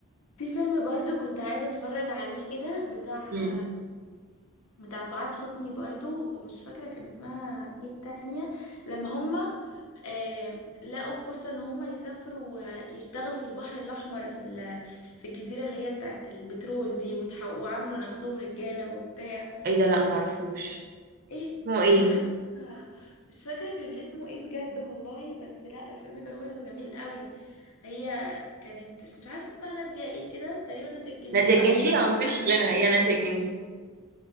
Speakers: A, on the left (about 80°); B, on the right (about 40°).
A: في فيلم برضو كنت عايزة اتفرج عليه كده بتاع
B: امم
A: بتاع سعاد حسني برضو ومش فاكرة كان اسمها ايه التانية لما هما آه، لقوا فرصة ان هم يسافروا آه، يشتغلوا في البحر الاحمر في ال- في الجزيرة اللي هي بتاعت البترول دي وتح- وعملوا نفسهم رجالة وبتاع
B: ايه ده لا ما اعرفوش
A: ايه
B: اسمه ايه
A: مش عارفة مش فاكرة كان اسمه ايه بجد والله بس لا الفيلم ده برضه جميل قوي هي كانت مش عارفة اسمها نادية ايه كده تقريبا نادية الجندي
B: نادية الجندي
A: انا مش فاكرة
B: او
A: لا
B: مفيش
A: لا
B: غيرها
A: مش نادية.
B: هي نادية الجندي